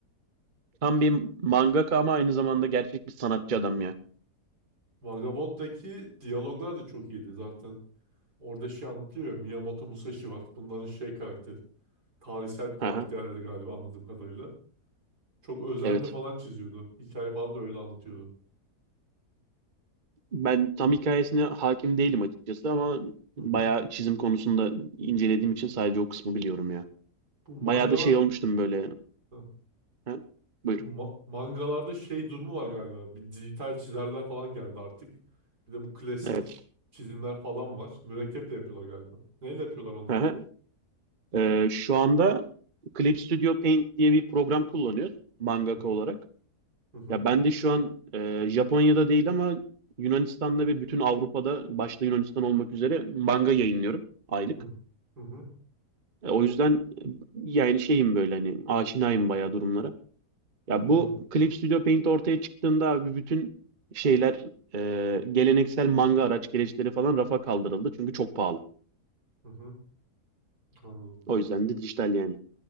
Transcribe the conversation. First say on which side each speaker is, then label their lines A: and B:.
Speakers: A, on the right (about 35°); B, on the right (about 85°).
A: Tam bir mangaka ama aynı zamanda gerçek bir sanatçı adam ya.
B: Vagabond'daki diyaloglar da çok iyiydi zaten. Orada şey anlatıyor ya, Miyamoto Musashi var. Bunların şey karakteri. Tarihsel bir karakterleri
A: Aha,
B: galiba anladığım kadarıyla. Çok özenli
A: evet.
B: falan çiziyordu. Hikaye falan da öyle anlatıyordu.
A: Ben tam hikayesine hakim değilim açıkçası ama
B: Hı
A: bayağı
B: hı.
A: çizim konusunda incelediğim için sadece o kısmı biliyorum ya.
B: Bu mangala
A: Bayağı da şey olmuştum böyle.
B: Hı.
A: Ha? Buyur.
B: bu ma- mangalarda şey durumu var galiba. Bir dijital çizerler falan geldi artık. Bir de bu klasik
A: Evet.
B: çizimler falan var. Mürekkeple yapıyorlar galiba. Neyle yapıyorlar onları?
A: Hı Ee, şu anda Clip Studio Paint diye bir program kullanıyoruz mangaka
B: Hı hı.
A: olarak.
B: Hı hı.
A: Ya ben de şu an e, Japonya'da değil ama Yunanistan'da ve bütün Avrupa'da başta Yunanistan olmak üzere manga yayınlıyorum aylık.
B: Hı hı.
A: E, o yüzden e, yani şeyim böyle hani aşinayım bayağı durumlara. Ya
B: Hı
A: bu
B: hı.
A: Clip Studio Paint ortaya çıktığında abi bütün şeyler e, geleneksel manga araç gereçleri falan rafa kaldırıldı çünkü çok pahalı.
B: Hı hı. Anladım.
A: O yüzden de dijital yani.